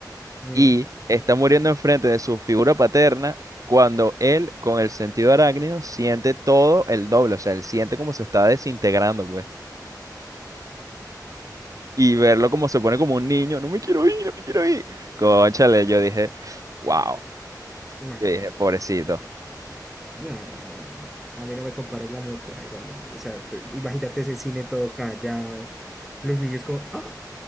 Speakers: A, in the centre; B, on the right.
A: Mm,
B: Y está muriendo enfrente de su figura paterna cuando él, con el sentido arácnido, siente todo el doble. O sea, él siente como se está desintegrando, pues. Y verlo como se pone como un niño, no me quiero ir, no me quiero ir. Cónchale, yo dije, wow.
A: no,
B: Yo dije, pobrecito.
A: no, no, no, no, no. A mí no me comparas la muerte de Iron Man. O sea, te- imagínate ese cine todo callado. Los niños como, ¡ah!